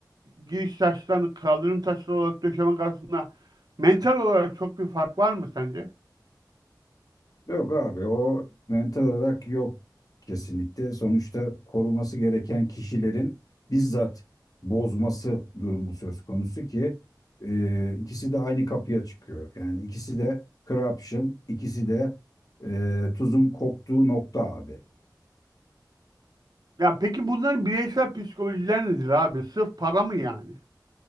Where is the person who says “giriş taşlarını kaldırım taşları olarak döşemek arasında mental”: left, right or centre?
Right